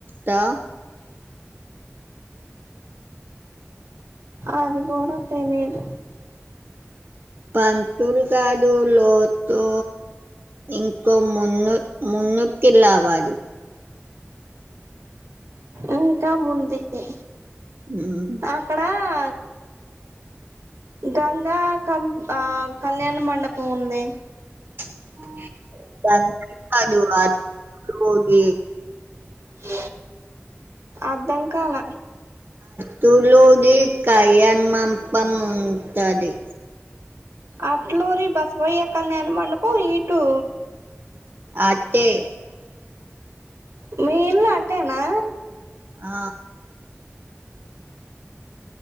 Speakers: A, on the right; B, on the right.
A: త
B: అది కూడా తెలీదు.
A: పంతులు కాదు. లోతో ఇంకో ముందు ముందుకి రావాలి.
B: ఇంకా ముందుకి
A: ఉమ్.
B: అక్కడ ఆ గంగా కం ఆ కళ్యాణ మండపం ఉందే.
A: <unintelligible> అది పొది.
B: స అర్ధం కాల
A: త లో ఎ కయ్యాణమపం ఉ తది
B: అట్లరి బసవయ్యాకల నేను పండిపో ఇటు
A: అట్టే
B: మీ ఇన్లా అట్టేనా
A: ఆ